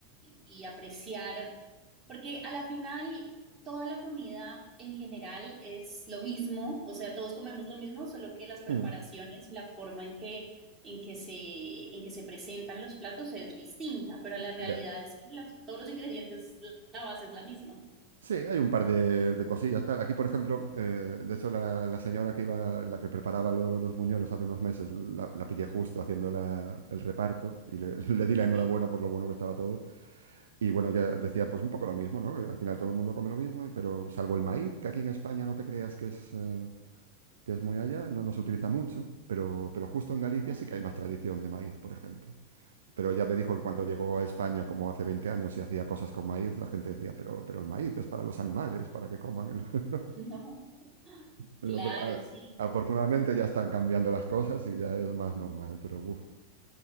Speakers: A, on the right (about 20°); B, on the right (about 65°).
A: y- y apreciar, porque a la final toda la comida en general es lo mismo, o sea, todos comemos lo mismo, solo que las preparaciones
B: Mm,
A: y la forma en que, en que se, en que se presentan los platos es distinta, pero la realidad
B: ya.
A: es que las- todos los ingredientes, la base es la misma.
B: Sí, hay un par de, de cosillas, tal. Aquí, por ejemplo, eh, de hecho, la, la señora que iba, la que preparaba lo- los buñuelos hace unos meses, la, la pillé justo haciendo la- el reparto y le, <laughs> le di la enhorabuena
A: Sí.
B: por lo bueno que estaba todo. Y bueno, ya decía, pues un poco lo mismo, ¿no? Que Al final todo el mundo come lo mismo, pero salvo el maíz, que aquí en España no te creas que es, eh, que es muy allá, no, no se utiliza mucho, pero, pero justo en Galicia
A: Mm.
B: sí que hay más tradición de maíz, por ejemplo. Pero ya te dijo
A: Ah,
B: que cuando llegó a España, como hace 20 años, y hacía cosas con maíz, la gente decía, pero, pero el maíz es para los animales, para que coman. el-". <laughs>
A: no.
B: Pero,
A: Claro,
B: pero, a-
A: sí.
B: afortunadamente ya están cambiando las cosas y ya es más normal, pero uf.